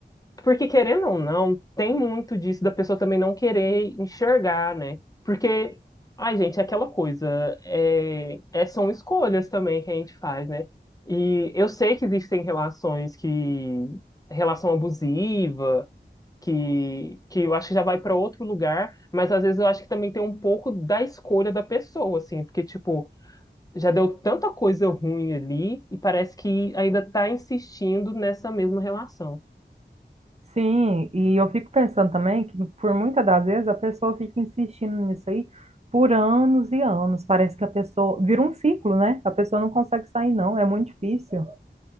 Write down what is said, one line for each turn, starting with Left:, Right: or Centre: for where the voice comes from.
Left: Porque querendo ou não, tem muito disso da pessoa também não querer enxergar, né? Porque, ai, gente, é aquela coisa, é, é- são escolhas também que a gente faz, né? E eu sei que existem relações que, relação abusiva, que, que eu acho que já vai para outro lugar, mas às vezes eu acho que também tem um pouco da escolha da pessoa, assim, porque, tipo, já deu tanta coisa ruim ali e parece que ainda tá insistindo nessa mesma relação.
Right: Sim, e eu fico pensando também que por muitas das vezes a pessoa fica insistindo nisso aí por anos e anos. Parece que a pessoa vira um ciclo, né? A pessoa não consegue sair, não. É muito difícil.